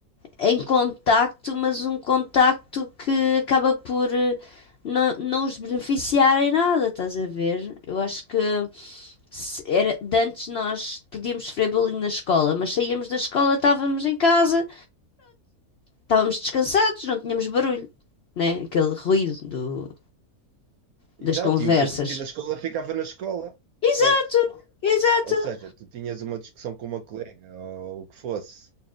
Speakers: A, on the left; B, on the right.
A: em contacto, mas um contacto que acaba por eh, não, não os beneficiar em nada, estás a ver? Eu acho que se era, de antes nós podíamos sofrer bullying na escola, mas saíamos da escola, estávamos em casa estávamos descansados, não tínhamos barulho, né? Aquele ruído do,
B: Exato,
A: das conversas.
B: e o que acontecia na escola ficava na escola.
A: Exato,
B: Pronto.
A: exato.
B: Ou seja, tu tinhas uma discussão com uma colega ou o que fosse,